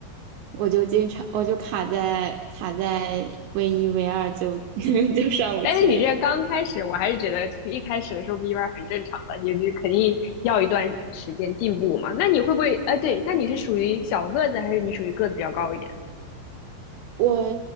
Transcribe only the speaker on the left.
但是你这刚开始，我还是觉得一开始的时候 V 弯很正常的，也就肯定要一段时间进步嘛。那你会不会？哎，对，那你是属于小个子，还是你属于个子比较高一点？